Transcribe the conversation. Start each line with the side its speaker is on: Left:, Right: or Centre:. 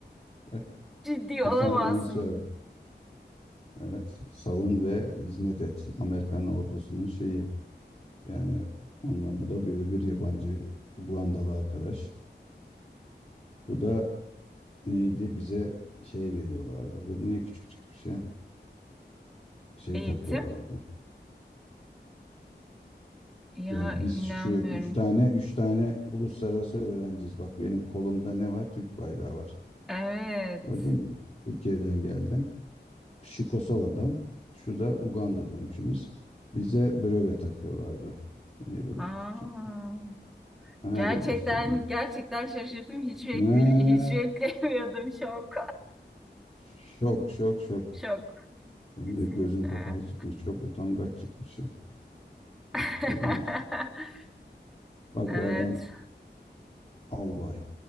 Left: Bak
Centre: Ciddi olamazsın.
Left: Defend and Serve. Evet. Savun ve hizmet et. Amerikan ordusunun şeyi. Yani ondan bu da bir öbür yabancı Ugandalı arkadaş. Bu da neydi? Bize şey veriyorlardı. Bu niye küçük çıkmış ya? Şey
Centre: Eğitim?
Left: takıyorlardı.
Centre: Ya
Left: Yani biz
Centre: inanmıyorum.
Left: şu üç tane, üç tane uluslararası öğrenciyiz. Bak benim kolumda ne var? Türk bayrağı var.
Centre: Evet.
Left: Gördün mü? Türkiye'den geldim. Şu Kosova'dan, şu da Uganda'dan üçümüz. Bize breve takıyorlardı. Bu niye böyle küçük
Centre: Aa,
Left: çıktı? Ha,
Centre: gerçekten
Left: dur göstereyim.
Centre: gerçekten şaşırdım. Hiç bekle
Left: Ne?
Centre: hiç beklemiyordum. Şok.
Left: Şok, şok, şok.
Centre: <laughs> Şok.
Left: Benim
Centre: Kesinlikle.
Left: de gözüm kapalı çıkmış. Çok utangaç çıkmışım.
Centre: <laughs>
Left: Bak görüyor musun? Bak
Centre: Evet.
Left: bu adam albay.